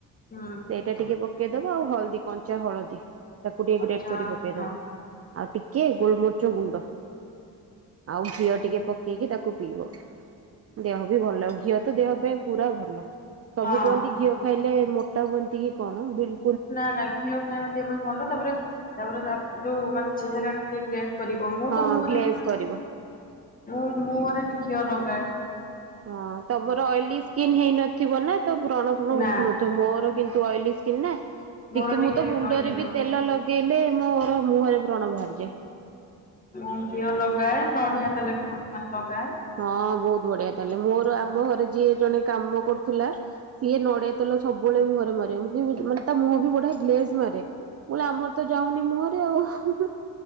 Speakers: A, on the left; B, on the right.
A: ହୁଁ
B: ସେ ଟା ଟିକେ ପକେଇଦବ ଆଉ ହଳଦୀ କଞ୍ଚା ହଳଦୀ ତାକୁ ଟିକେ
A: କଞ୍ଚା
B: ଗ୍ରେଟ୍ କରି
A: ହଁ
B: ପକେଇଦବ। ଆଉ ଟିକେ ଗୋଲ ମରିଚ ଗୁଣ୍ଡ ଆଉ ଘିଅ
A: ହୁଁ
B: ଟିକେ ପ କେଇକି ତାକୁ ପିଇବ ଦେହ ବି ଭଲ ଘିଅ ତ ଦେହ ପାଇଁ ପୁରା ଭଲ ସବୁ
A: ହଁ।
B: କୁହନ୍ତି ଘିଅ ଖାଇଲେ ମୋଟା ହୁଅନ୍ତି କି କଣ ବିଲ୍
A: ନାଁ ନାଁ ଘିଅ ଖାଇବା ଦେହ ପାଇଁ ଭଲ ତାପରେ ତାପରେ ଦା ଯୋଉ ମାନେ ଚେହେରା ଟିକେ ଗେ କରିବ ମୁଁ
B: ହଁ
A: ତ ମୁହଁରେ
B: ଗ୍ଲେଜ
A: ଇ ମାନେ
B: କରିବ।
A: ମୁଁ ମୁହଁରେ ଘିଅ ନଗାଏ।
B: ହଁ ତମର ଅଏଲି ସ୍କିନ୍ ହେଇନଥିବ ନାଁ ତ ବ୍ରଣ ଫ୍ରଣ
A: ନା
B: ଉଠୁନ ତ ମୋର କିନ୍ତୁ ଅଏଲି ସ୍କନ୍ ନା
A: ମୋର
B: ଟିକେ ମୁଁ ତ ମୁଣ୍ଡରେ
A: ଅଏଲି ନୁହଁ।
B: ବି ତେଲ ଲ ଗେଇଲେ ମୋର ମୁହଁରେ ବ୍ରଣ ବାହାରିଯାଏ।
A: ମୁଁ ଘିଅ ଲଗାଏ ନଡ଼ିହା ତେଲ ବି ମାନେ ଲଗାଏ।
B: ହଁ ବହୁତ ବଢ଼ିଆ ତାଲେ ମୋର ଆମ ଘରେ ଯିଏ ଜଣେ କାମ କରୁଥିଲା ସିଏ ନ ଡ଼ିଆ ତେଲ ସବୁବେଳେ ମୁହଁରେ ମାରିବ ମୁଁ କହିବି ଯୋ ମାନେ ତା ମୁହଁ ବି ବଢ଼ିଆ ଗ୍ଲେଜ୍ ମାରେ। ମୁଁ ଲି ଆମର ତ ଯାଉନି ମୁହଁରେ ଆଉ।